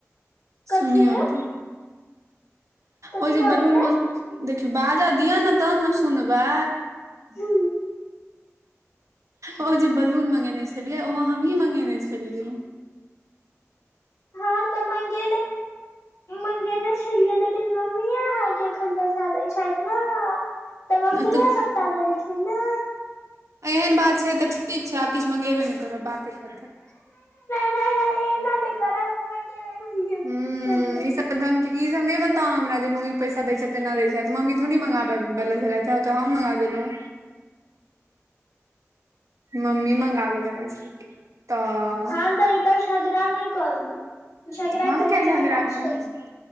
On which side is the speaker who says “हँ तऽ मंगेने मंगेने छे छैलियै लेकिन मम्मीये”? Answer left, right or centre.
Left